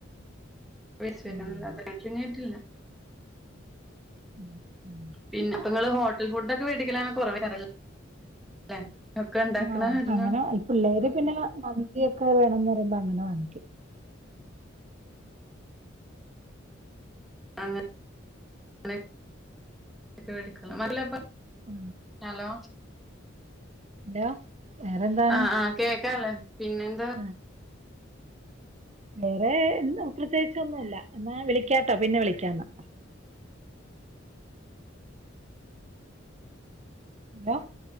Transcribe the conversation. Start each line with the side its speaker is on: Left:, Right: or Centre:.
Centre: യിച്ച്
Right: ഉം
Centre: വരാന്നല്ലാതെ കാറ്ററിങ് ആയിട്ടില്ല
Right: മ്
Centre: പിന്നെ പ്പ ങ്ങള് ഹോട്ടൽ ഫുഡ്ക്കെ വേടിക്കല് അങ്ങനെ കുറവേ ക്കാരം ല്ലെ ഒക്കെ ഇണ്ടാക്ക്ണ
Right: ആഹ്
Centre: കാരണം
Right: അങ്ങനെ ഈ പിള്ളേര് പിന്നെ മന്തിയൊക്കെ വേണന്ന് പറയുമ്പോ അങ്ങനെ വാങ്ങിക്കും.
Centre: അങ്ങനെ ങ്ങനെ ക്കെ വേടിക്കൊള്ളു
Right: ആ,
Centre: ഹലോ
Right: ഹലോ വേറെന്താണ്
Centre: ആഹ് ആഹ് കേക്കാല്ലേ പിന്നെ എന്താ
Right: <unintelligible> വേറെ എന്താ പ്രത്യേകിച്ച് ഒന്നുല്ല എന്നാ വിളിക്കാട്ടോ പിന്നെ വിളിക്കാന്നാ ന്താ